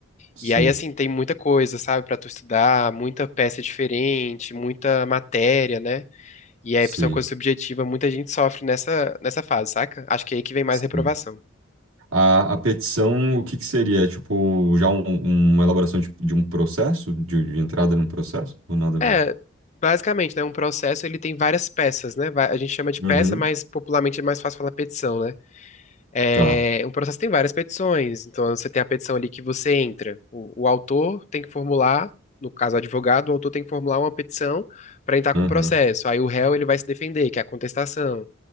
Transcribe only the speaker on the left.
E aí, assim, tem muita coisa, sabe, pra tu estudar, muita peça diferente, muita matéria, né? E aí,
por ser uma coisa subjetiva, muita gente sofre nessa, nessa fase, saca? Acho que é aí que vem mais
reprovação.
É,
basicamente, né? Um processo, ele tem várias peças, né? Va- A gente chama de
peça, mas popularmente é mais fácil falar petição, né? É,
um processo tem várias petições. Então, você tem a petição ali que você entra. O, o autor tem que formular, no caso, o advogado, o autor tem que formular uma petição para entrar
com o processo. Aí, o réu, ele vai se defender, que é a contestação.